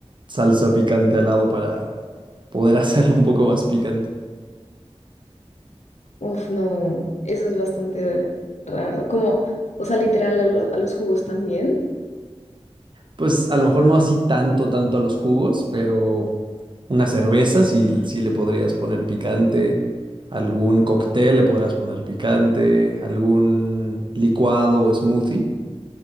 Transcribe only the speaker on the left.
Uf, no, eso es bastante raro. Como, o sea, literal, a, lo- a los jugos también.